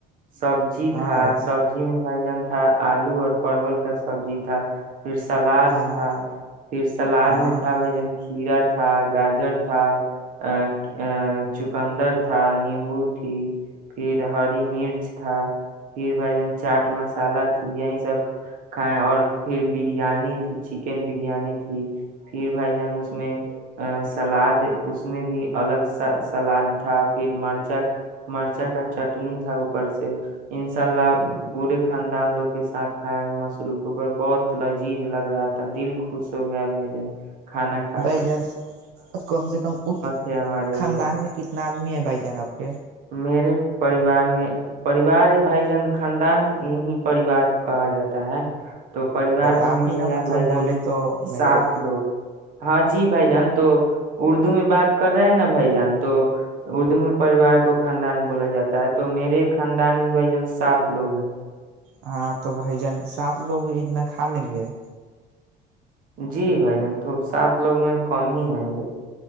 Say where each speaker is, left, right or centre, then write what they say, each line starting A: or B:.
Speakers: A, on the right (about 50°); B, on the right (about 65°).
A: سبزی
B: ہاں
A: تھا
B: بھائی
A: سبزی میں بھائی جان ہا آلو اور پرول کا سبزی تھا پھر سلاد
B: ہاں
A: تھا پھر سلاد
B: ہاں
A: میں تھا بھائی جان کھیرا تھا گاجر تھا ء آ چقندر تھا نیمبو تھی پھر ہری مرچ تھا پھر بھائی جان چاٹ مسالہ تھی یہی سب کھائائے اور پھر بریانی تھی چکن بریانی تھی پھر بھائی جان اس میں ا سلاد اس میں بھی الگ سلاد تھا پھر مرچا مرچا کا چٹنی تھا اوپر سے انشاء اللہ پورے خاندان لوگ کے ساتھ کھائے ہے مصروف ہو کر بہت لذیذ لگ رہا تھا دل خوش ہو گیا ہے بھائی جن کھانا کا
B: بھای جن کم سے کم اس
A: تھے ہمارے اوپر
B: خاندان میں کتنا آدمی ہے بھائی جان آپ کے
A: میرے پریوار میں پریوار بھائی جان خاندان ہی پریوار کہا جاتا ہے تو پریوار میں
B: آپ
A: میرے
B: ہی نا
A: ہیں
B: مطلب
A: بھائی جان
B: بولے تو میرے
A: سات
B: کو
A: لوگ ہاں جی بھائی جان تو اردو میں بات کر رہے ہیں نا بھائی جان تو اردو میں پریوار کو خاندان بولا جاتا ہے تو میرے خاندان میں بھائی جن سات لوگ ہیں
B: ہاں تو بھائی جان سات لوگ عید نہ کھا لیں گے
A: جی بھائی جان تو سات لوگ میر کم ہی ہے